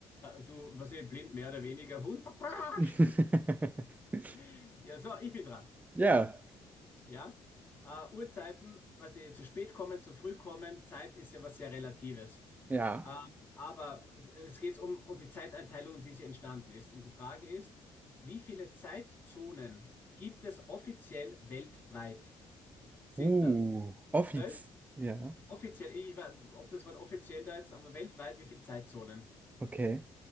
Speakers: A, on the left; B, on the right.
A: du, was ich, blind mehr oder weniger, Huhn, pack, pack.
B: <laughs>
A: <laughs> Ja, so, ich bin dran.
B: Ja,
A: Ja, äh, Uhrzeiten, was die zu spät kommen, zu früh kommen, Zeit ist ja was sehr Relatives.
B: ja.
A: Ähm, aber äh, es geht um, um die Zeiteinteilung und wie sie entstanden ist. Und die Frage ist, wie viele Zeitzonen gibt es offiziell weltweit? Sind
B: Uh,
A: das
B: Offiz.
A: zwölf?
B: Ja,
A: Offiziell, ich weiß, ob das Wort offiziell da jetzt, aber weltweit, wie viele Zeitzonen?
B: okay,